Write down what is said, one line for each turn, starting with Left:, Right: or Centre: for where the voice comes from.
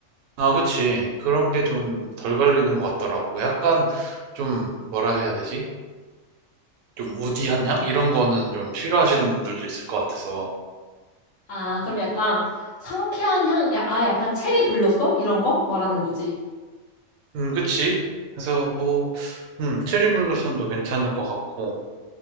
Right: 아, 그치. 그런 게 좀 덜 갈리는 것 같더라고. 약간 좀 뭐라 해야 되지? 좀 우디한 향? 이런 거는 좀 싫어하시는 분들도 있을 것 같아서.
Left: 아, 그럼 약간 상쾌한 향, 야, 아, 약간 체리 블로썸? 이런 거 말하는 거지.
Right: 음, 그치. 그래서 뭐, 음, 체리 블루썸도 괜찮을 것 같고,